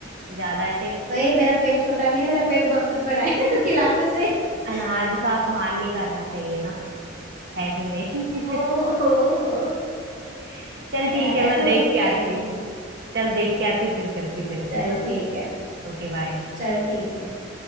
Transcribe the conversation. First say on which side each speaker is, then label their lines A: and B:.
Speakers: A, on the right (about 60°); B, on the right (about 45°).
A: ज्यादा ऐसे
B: ओए मेरा पेट छोटा नहीं है मेरा पेट बहुत बड़ा है
A: <laughs>
B: तू खिला तो सही <laughs>
A: अनाज का अपमान नहीं करना चाहिए ना है कि नहीं
B: ओ हो हो
A: <laughs> चल
B: यार
A: ठीक है
B: ऐसा
A: मैं देख
B: बोल
A: के
B: रहेगी
A: आती हूँ चल देख के आती हूँ, फिर करती हूँ तेरे से
B: चल
A: बात
B: ठीक है
A: Okay bye
B: चल ठीक है